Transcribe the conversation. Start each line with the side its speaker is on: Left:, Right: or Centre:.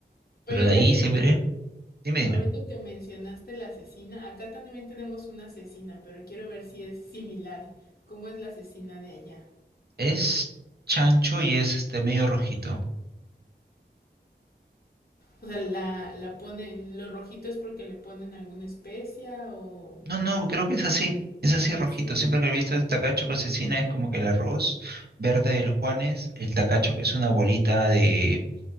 Right: Pero
Left: ahorita
Right: de ahí
Left: que,
Right: siempre, dime, dime,
Left: ahorita que mencionaste la asesina, acá también tenemos una asesina, pero quiero ver si es similar. ¿Cómo es la asesina de allá?
Right: es chancho y es este medio rojito.
Left: O sea, la, la ponen, lo rojito es porque le ponen alguna especia o...
Right: No, no, creo que es así. Es así
Left: Así
Right: rojito.
Left: es.
Right: Siempre que he visto el tacacho con cecina es como que el arroz verde del Juanes, el tacacho que es una bolita de